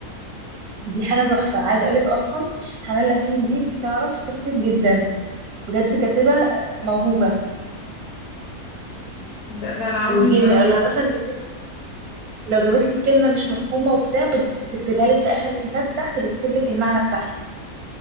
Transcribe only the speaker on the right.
دي حاجه تحفه عايزه اقولك اصلا حنان لاشين دي بتعرف تكتب جدا بجد كاتبه موهوبه
والجيم
لو مثلا جابت لو جابت لك كلمه مش مفهومه وبتاع بت- بتكتبها لك في اخر الكتاب تحت بتكتب لك المعنى بتاعها